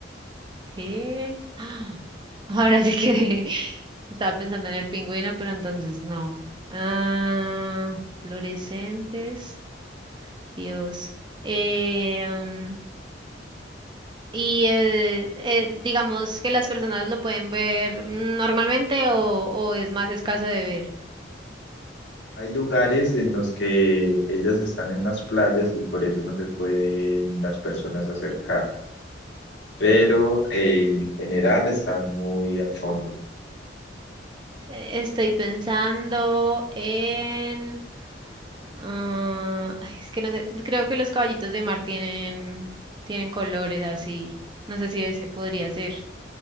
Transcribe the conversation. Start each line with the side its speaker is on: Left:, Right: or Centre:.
Right: ¿Qué? <gasps> ¡Ah! Ahora sí que <laughs> estaba pensando en el pingüino, pero entonces no. Ah, fluorescentes, Dios. Eh, um, y eh, eh, digamos que las personas lo pueden ver normalmente o, o es más escaso de ver.
Left: Hay lugares en los que ellas están en las playas y por eso no se pueden las personas acercar, pero eh, en general están muy al fondo.
Right: Eh, Estoy pensando en... ah, ay, es que no sé, creo que los caballitos de mar tienen, tienen colores así. No sé si ese podría ser.